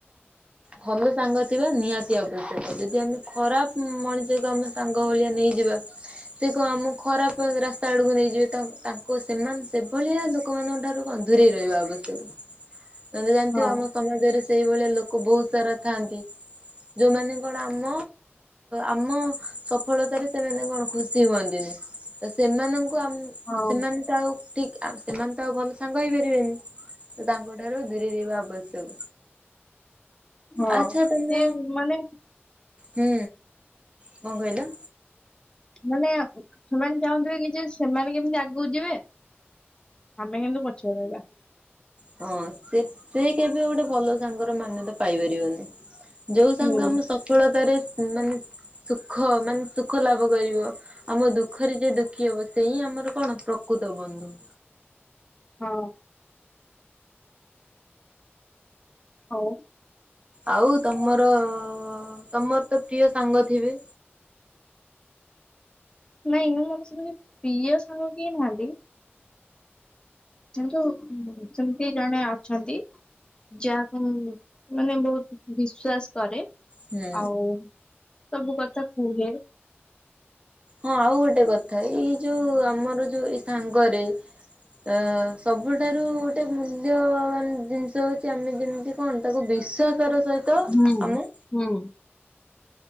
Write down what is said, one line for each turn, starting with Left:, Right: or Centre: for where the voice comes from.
Right: କଣ ଭଲ ସାଙ୍ଗ ଥିବା ନିହାତି ଆବଶ୍ୟକ। ଯଦି ଆମେ ଖରାପ ମଣିଷକୁ ଆମ ସାଙ୍ଗ ଭଳିଆ ନେଇଯିବା ସେ କଣ ଆମ ଖରାପ ରାସ୍ତା ଆଡକୁ ନେଇଯିବେ ତା ତାଙ୍କ ସେମାନେ ସେଭଳିଆ ଲୋକ ଲୋକମାନଙ୍କ ଠାରୁ କଁ ଦୁରେଇ ରହିବା ଆବଶ୍ୟକ। ତେ ଜାଣିଥିବ
Left: ହଁ
Right: ଆମ ସମାଜରେ ସେଇଭଳିଆ ଲୋକ ବହୁତୁ ସାରା ଥାଆନ୍ତି ଯୋଉମାନେ କଣ ଆମ ଆମ ସଫଳତାରେ ସେମାନେ କଣ ଖୁସି ହୁଅନ୍ତିନି। ତ ସେମାନଙ୍କୁ ଆମ
Left: ହଁ
Right: ସେମାନେ ତ ଆଉ ଠିକି ସେମାନେ ତ ଆଉ ଭଲ ସାଙ୍ଗ ହେଇପାରିବେନି। ତ ତାଙ୍କ ଠାରୁ ଦୂରେଇ ରହିବା ଆବଶ୍ୟକ।
Left: ହଁ
Right: ଆଚ୍ଛା ତମ
Left: ସେ ମାନେ
Right: ହୁଁ କଣ କହିଲ?
Left: ମାନେ ସେମାନେ ଚାହୁଁଥିବେ କି ଯେ ସେମାନେ କେମିତି ଆଗକୁ ଯିବେ। ଆମେ କିନ୍ତୁ ପଛରେ ରହିବା।
Right: ହଁ ସେ ସେ କେବେ ଗୋଟେ ଭଲ ସାଙ୍ଗର ମାନ୍ୟତା ପାଇପାରିବନି। ଯୋଉ ସାଙ୍ଗ
Left: ହୁଁ
Right: ଆମ ସଫଳତାରେ ମାନେ ସୁଖ ମାନେ ସୁଖ ଲାଭ କରିବ ଆମ ଦୁଃଖରେ ଯ ଦୁଃଖୀ ହବ ସେ ହିଁ ଆମର କଣ ପ୍ରକୃତ ବନ୍ଧୁ।
Left: ହଁ। ହଉ।
Right: ଆଉ ତମର ତମର ତ ପ୍ରିୟ ସାଙ୍ଗ ଥିବେ?
Left: ନାଇଁ ମାନେ <unintelligible> ସେତି ପ୍ରିୟ ସାଙ୍ଗ କିଏ ନାହାନ୍ତି। ଚିନ୍ତୁ ସେମିତି ଜଣେ ଅଛନ୍ତି। ଯାହାକୁ ମାନେ ବହୁତୁ ବିଶ୍ଵାସ କରେ।
Right: ହୁଁ
Left: ଆଉ ସବୁ କଥା କୁହେ।
Right: ହଁ ଆଉ ଗୋଟେ କଥା ଏଇ ଯୋଉ ଆମର ଯୋଉ ଏଇ ସାଙ୍ଗରେ ଅ ସବୁଠାରୁ ଗୋଟେ ମୂଲ୍ୟବାନ ଜିନିଷ ହଉଚି ଆମେ ଯେମିତି କଣ ତାକୁ ବିଶ୍ଵାସର ସହିତ ତ
Left: ହୁଁ
Right: ଆମେ
Left: ହୁଁ।